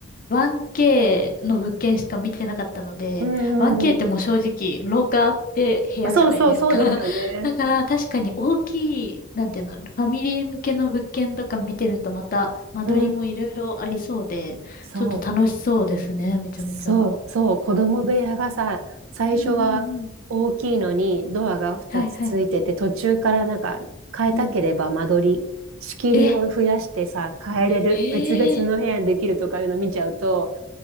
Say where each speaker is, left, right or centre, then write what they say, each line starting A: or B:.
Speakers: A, on the left; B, on the right.
A: 1K の物件しか見てなかったので、
B: うんうんう
A: 1K ってもう正直、廊下あって部屋じゃないですか。
B: ん。そうそうそうですよね。
A: <laughs> だから確かに大きい、なんていうの、ファミリー向けの物件とか見てるとまた間取りもいろいろありそうで、
B: うん。そう。
A: ちょっと楽しそうですね、めちゃめちゃ。
B: そう、そう、子供部屋がさ、最初は大きいのにドアが2つついてて、
A: うんうんうんうん。はいはい。
B: 途中からなんか変えたければ間取り、
A: うん。
B: 仕切りを増やしてさ、
A: え、
B: 変えれる、
A: へえ。
B: 別々の部屋にできるとかいうの見ちゃうと、